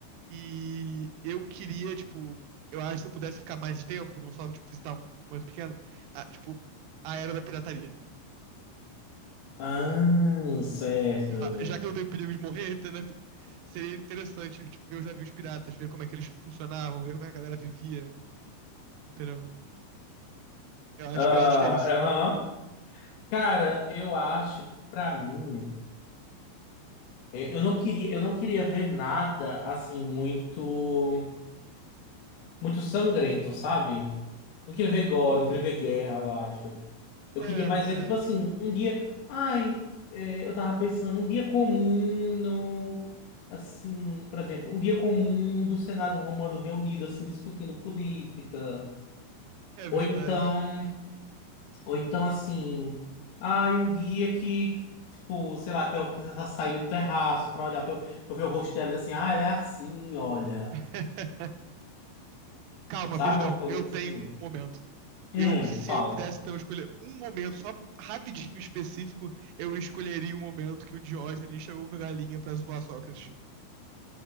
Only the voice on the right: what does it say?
E eu queria, tipo, eu acho que se eu pudesse ficar mais tempo, não só, tipo, visitar um mais pequeno, a- tipo, a era da pirataria.
Sei lá, Já que eu não tenho perigo de morrer, <laughs> entendeu? Seria interessante, tipo, ver os navios piratas, ver como é que eles funcionavam, ver como é que a galera vivia, entendeu? Eu acho
que eu acho que é isso.
É,
é,
é verdade.
<laughs> Calma,
perdão,
eu
tenho um momento.
Eu, se
eu pudesse, então, escolher um momento só rapidinho específico, eu escolheria o momento que o Diógenes chegou com a galinha pra zoar Sócrates.